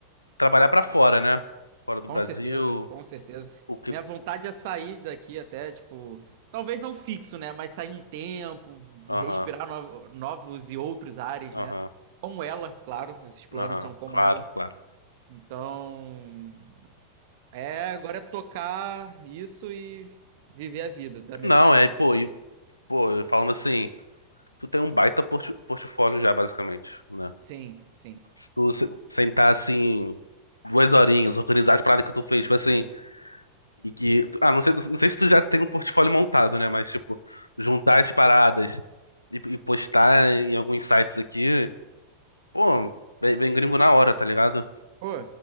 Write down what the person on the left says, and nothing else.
trabalhar pra fora, né? Fora do
Brasil.
O que.
Aham,
aham,
aham.
Claro,
claro.
Não,
é, pô, e, pô, falando assim, tu tem um baita porti- portfólio já, basicamente, né?
Se tu se- sentar assim, duas horinhas, organizar as paradas que tu fez, tipo assim, e que. Ah, não sei, não sei se tu já tem um portfólio montado, né? Mas, tipo, juntar as paradas e, e postar em alguns sites aqui, pô, vem, vem gringo na hora, tá ligado?